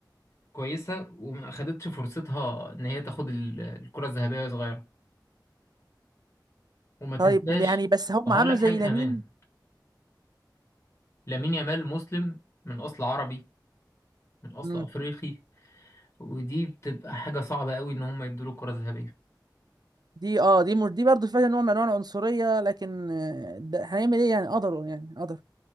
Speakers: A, on the left; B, on the right.
A: كويسة وما اخدتش فرصتها ان هي تاخد ال- الكرة الذهبية وهي صغيرة وما تنساش
B: طيب يعني بس هم
A: وهقول
B: عملوا
A: لك
B: زي
A: حاجة
B: لامين
A: كمان لامين يامال مسلم من اصل عربي من اصل
B: مم.
A: افريقي ودي بتبقى حاجه صعبه قوي ان هم يدوا له كره ذهبيه
B: دي اه دي مر... دي برضه فيها نوع من انواع العنصريه لكن آه، ده هنعمل ايه يعني قدروا يعني قدر